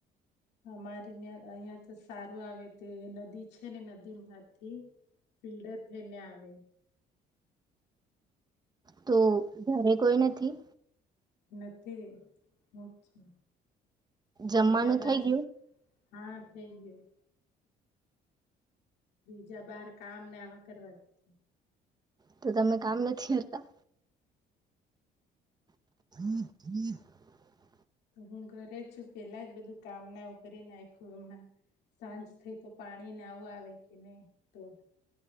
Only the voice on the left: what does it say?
અમારે ત્યાં અહિયાં તો સારું આવે તે નદી છે ને નદી માંથી ફિલ્ટર થઈને આવે
એ તે હ છે
બીજા બાસ
હા થઈ ગયયો બીજા બાર કામ ને આવા કરવા ગીધા
તો હું ઘરે છું પેલા જ બધું કામ ના કરી નાખું હમણાં સાંજ થઈ તો પાણી ના આવું આવે કે નહી તો